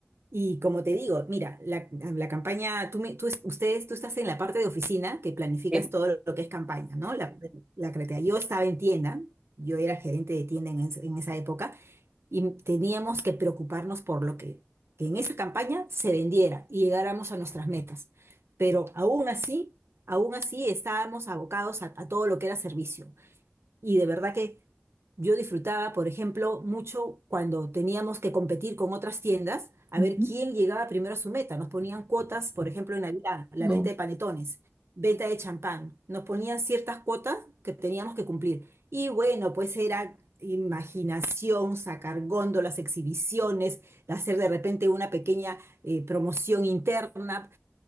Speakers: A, on the right (about 85°); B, on the right (about 20°).
A: Y como te digo, mira, la, la campaña, tú, me- tú, es- ustedes, tú estás en la parte de oficina que planificas
B: Sí.
A: todo lo, que es campaña, ¿no? La, la creatividad. Yo estaba en tienda, yo era gerente de tienda en, es- en esa época y teníamos que preocuparnos por lo que, que en esa campaña se vendiera y llegáramos a nuestras metas. Pero aún así, aún así estábamos abocados a, a todo lo que era servicio. Y de verdad que yo disfrutaba, por ejemplo, mucho cuando teníamos que competir con otras tiendas a
B: Ujú.
A: ver quién llegaba primero a su meta. Nos ponían cuotas, por ejemplo, en Navidad, la
B: No.
A: venta de panetones, venta de champán. Nos ponían ciertas cuotas que teníamos que cumplir. Y bueno, pues era imaginación, sacar góndolas, exhibiciones, hacer de repente una pequeña eh, promoción interna.